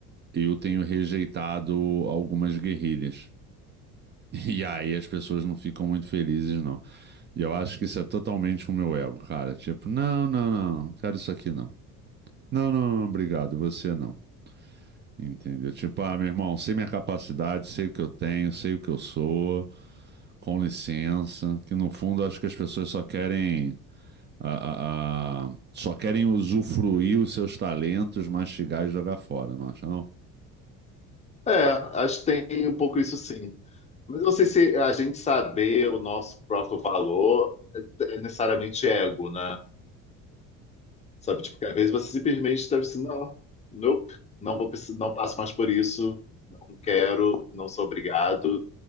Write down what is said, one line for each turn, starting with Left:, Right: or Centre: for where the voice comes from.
Right: eu tenho rejeitado algumas guerrilhas. <laughs> E aí as pessoas não ficam muito felizes, não. E eu acho que isso é totalmente o meu ego, cara. Tipo, não, não, não, quero isso aqui não. Não, não, não, obrigado, você não. Entendeu? Tipo, ah, meu irmão, sei minha capacidade, sei o que eu tenho, sei o que eu sou, com licença. Que no fundo acho que as pessoas só querem a, a- a- só querem usufruir os seus talentos, mastigar e jogar fora, não acha, não?
Left: É, acho que tem um pouco isso sim. Mas eu não sei se a gente saber o nosso próprio valor é necessariamente ego, né? Sabe, tipo, que às vezes você simplesmente deve assim, não, nope, não vou, precis- não passo mais por isso, não quero, não sou obrigado.